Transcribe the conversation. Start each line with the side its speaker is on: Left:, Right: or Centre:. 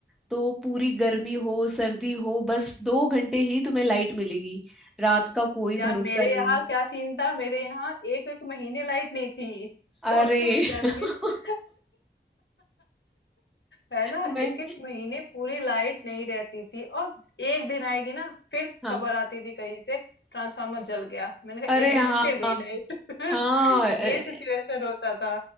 Centre: तो पूरी गर्मी हो सर्दी हो बस दो घंटे ही तुम्हें लाइट मिलेगी रात का कोई
Left: यार
Centre: भरोसा
Left: मेरे
Centre: नहीं
Left: यहाँ क्या सीन था मेरे यहाँ एक एक महीने लाइट नहीं थी <laughs> सोचो
Centre: अरे
Left: मैं गर्मी
Centre: <laughs>
Left: <laughs> है ना
Centre: मैं
Left: एक एक महीने पूरी लाइट नहीं रहती थी और एक दिन आएगी ना फिर
Centre: हाँ
Left: खबर आती थी कहीं से ट्रांसफार्मर जल गया मैंने कहा
Centre: अरे
Left: एक महीने
Centre: हाँ
Left: फिर
Centre: हाँ
Left: गई लाइट <laughs>
Centre: हाँ, अ-
Left: ये सिचुएशन होता था